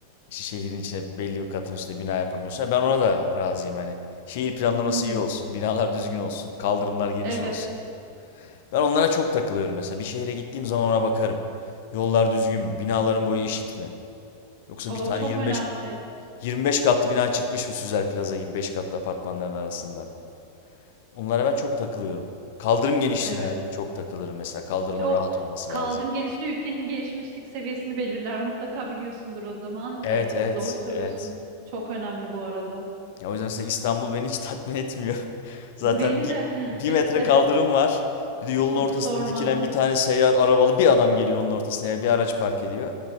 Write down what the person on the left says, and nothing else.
İşte şehrin içine belli bir katın üstüne bina yapamıyorsun. Ya ben ona da razıyım hani. Şehir planlaması
iyi olsun, binalar düzgün olsun, kaldırımlar geniş
olsun. Ben onlara çok takılıyorum mesela. Bir şehre gittiğim zaman ona bakarım. Yollar düzgün mü? Binaların boyu eşit mi? Yoksa
bir tane
yirmi
beş yirmi beş katlı bina çıkmış mı Süzer Plaza gibi 5 katlı apartmanların arasından? Onlara ben çok takılıyorum. Kaldırım genişliğine
çok takılırım mesela. Kaldırımın
rahat olması
lazım.
Evet
evet
evet.
Ya o yüzden mesela İstanbul beni hiç tatmin etmiyor. <laughs> Zaten
bir,
bir
metre
kaldırım var. Bir de yolun
ortasında
dikilen bir tane seyyar arabalı bir adam geliyor onun ortasına ya bir araç park ediyor.